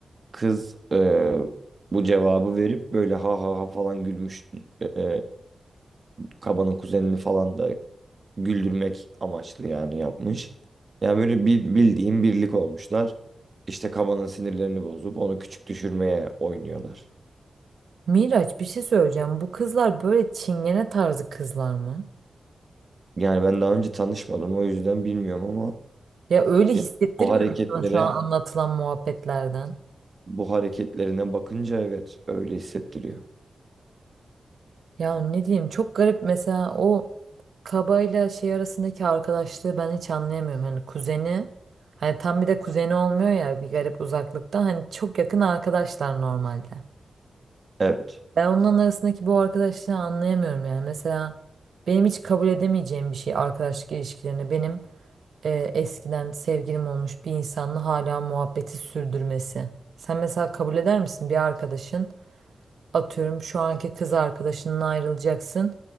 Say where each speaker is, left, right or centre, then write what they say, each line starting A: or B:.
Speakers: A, on the right (about 40°); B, on the right (about 75°).
A: Kız e, bu cevabı verip böyle ha ha ha falan gülmüş. E, kabanın kuzenini falan da güldürmek amaçlı yani yapmış. Yani böyle bir, bildiğin birlik olmuşlar. İşte kabanın sinirlerini bozup onu küçük düşürmeye oynuyorlar.
B: Miraç bir şey söyleyeceğim. Bu kızlar böyle çingene tarzı kızlar mı?
A: Yani ben daha önce tanışmadım o yüzden bilmiyorum ama
B: Ya öyle hissettirmiyor
A: ya bu hareketlere
B: mu sana şu an anlatılan muhabbetlerden?
A: bu hareketlerine bakınca evet öyle hissettiriyor.
B: Ya ne diyeyim çok garip mesela o kabayla şey arasındaki arkadaşlığı ben hiç anlayamıyorum. Hani kuzeni hani tam bir de kuzeni olmuyor ya bir garip uzaklıktan hani çok yakın arkadaşlar normalde.
A: Evet.
B: Ben onların arasındaki bu arkadaşlığı anlayamıyorum yani. Mesela benim hiç kabul edemeyeceğim bir şey arkadaşlık ilişkilerine benim e, eskiden sevgilim olmuş bir insanla hala muhabbeti sürdürmesi. Sen mesela kabul eder misin bir arkadaşın atıyorum şu anki kız arkadaşından ayrılacaksın.